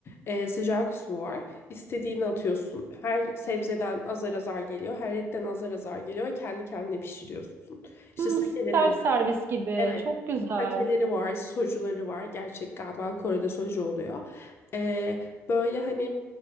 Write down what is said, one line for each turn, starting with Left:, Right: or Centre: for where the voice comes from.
Left: Ee, sıcak su var. İstediğini atıyorsun. Her sebzeden azar azar geliyor. Her etten azar azar geliyor ve kendi kendine pişiriyorsun. İşte
Right: Hmm,
Left: sakeleri
Right: self servis gibi.
Left: Evet.
Right: Çok güzel.
Left: Pakeleri var, sojuları var. Gerçek galiba Kore'de soju oluyor. Ee, böyle hani